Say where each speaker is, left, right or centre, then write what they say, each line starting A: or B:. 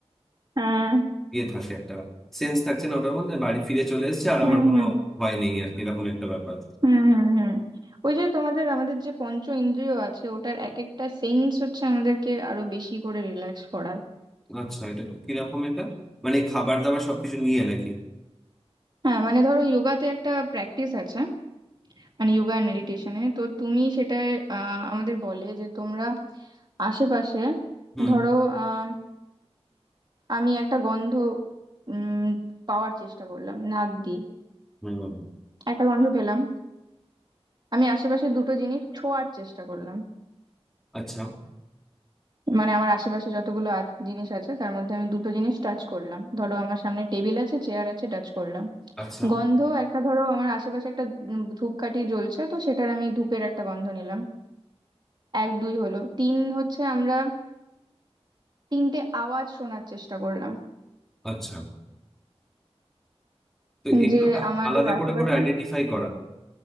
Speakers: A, on the right; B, in the centre.
A: হ্যাঁ
B: ইয়ে থাকে একটা সেন্স থাকছে না ওটার মধ্যে বাড়ি ফিরে চলে এসেছে আর
A: হুম
B: আমার কোনো
A: হুম
B: ভয় নেই আর কি এরকম একটা ব্যাপার
A: হুম হুম হুম ওই যে তোমাদের আমাদের যে পঞ্চ ইন্দ্রিয় আছে ওটার এক একটা সেন্স হচ্ছে আমাদেরকে আরো বেশি করে রিল্যাক্স করায়
B: আচ্ছা এটা কিরকম এটা মানে খাবার দাবার সবকিছু নিয়ে নাকি
A: হ্যাঁ মানে ধরো যোগাতে একটা প্র্যাকটিস আছে মানে যোগা অ্যান্ড মেডিটেশনে তো তুমি সেটা আহ, আমাদের বলে যে তোমরা আশেপাশে
B: হুম
A: ধরো আহ, আমি একটা গন্ধ উম, পাওয়ার চেষ্টা করলাম নাক দিয়ে
B: হুম, হুম।
A: একটা গন্ধ পেলাম আমি আশেপাশে দুটো জিনিস ছোঁয়ার চেষ্টা করলাম
B: আচ্ছা
A: মানে আমার আশেপাশে যতগুলো আ- জিনিস আছে তার মধ্যে আমি দুটো জিনিস টাচ করলাম ধরো আমার সামনে টেবিল আছে চেয়ার আছে টাচ করলাম
B: আচ্ছা
A: গন্ধ একটা ধরো আমার আশেপাশে একটা উম ধূপকাঠি জ্বলছে তো সেটার আমি ধূপের একটা গন্ধ নিলাম এক দুই হলো তিন হচ্ছে আমরা তিনটে আওয়াজ শোনার চেষ্টা করলাম
B: আচ্ছা তো এগুলো
A: যে আমাদের
B: আলাদা
A: আশেপাশে
B: করে করে আইডেন্টিফাই করা